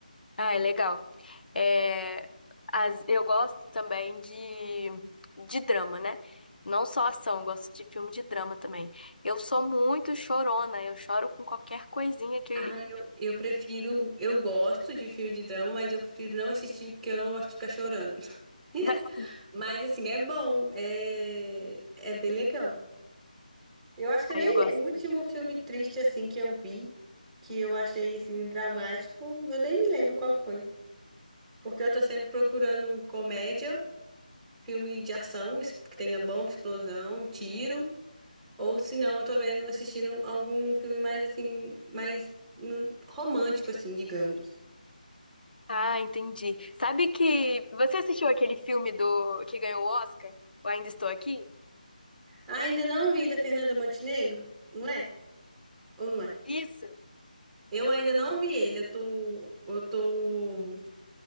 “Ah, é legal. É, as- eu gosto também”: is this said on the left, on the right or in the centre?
Left